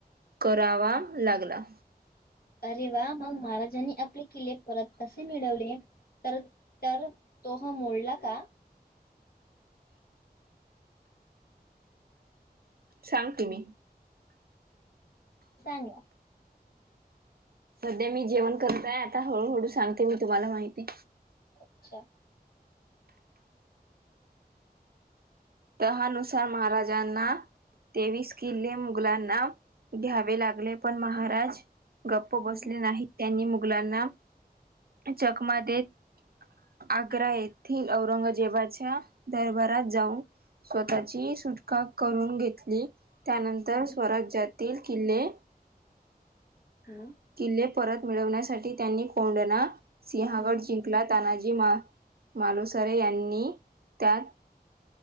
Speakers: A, on the right; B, on the left.
A: करावा लागला.
B: अरे वा मग महाराजांनी आपले किल्ले परत कसे मिळवले? तर तर तोह मोडला का?
A: सांगते मी.
B: सांगा.
A: सध्या मी जेवण करत आहे आता. हळूहळू सांगते मी तुम्हाला माहिती.
B: अच्छा.
A: तहानुसार महाराजांना तेवीस किल्ले मुघलांना घ्यावे लागले पण महाराज गप्प बसले
B: हम्म.
A: नाही. त्यांनी मुघलांना चकमा देत आग्रा येथील औरंगजेबाच्या दरबारात जाऊन स्वतःची सुटका करून घेतली. त्यानंतर
B: हम्म.
A: स्वराज्यातील किल्ले
B: हम.
A: किल्ले परत मिळवण्यासाठी त्यांनी कोंडणा सिंहगड
B: हम्म.
A: जिं कला तानाजी मा मालुसरे यांनी त्यात